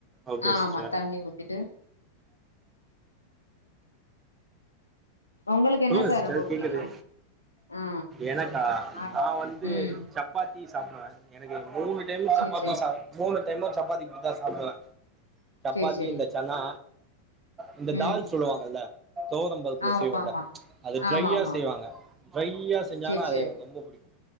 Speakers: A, on the right (about 20°); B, on the left (about 80°).
A: ஓகே
B: ஆமா
A: சிஸ்டர்
B: தண்ணி ஊத்திட்டு உங்களுக்கு
A: சொல்லுங்க
B: என்ன சார்
A: சிஸ்டர்
B: ரொம்ப
A: கேக்குது
B: புடிக்கு ஆ
A: எனக்கா
B: ஆ
A: நா வந்து
B: ம்
A: சப்பாத்தி சாப்பிடுவே எனக்கு மூணு டைம் சப்பாத
B: சேரி சேரி
A: சாப் மு மூணு டைமு சப்பாத்தி தா சாப்டுவ சப்பாத்தி
B: சேரி சேரி
A: இந்த சன்னா இந்த
B: ம்
A: தால் சொல்லுவாங்கல்ல துவரம் பருப்பு
B: ஆமா
A: செய்வோ இல்ல
B: ஆமா
A: அத ட்ரையா
B: ஆமா ஆமா
A: செய்வாங்க ப்ரை செஞ்சாங்கான
B: சேரி
A: அது
B: சேரி
A: எனக்கு ரொம்ப பிடிக்கும்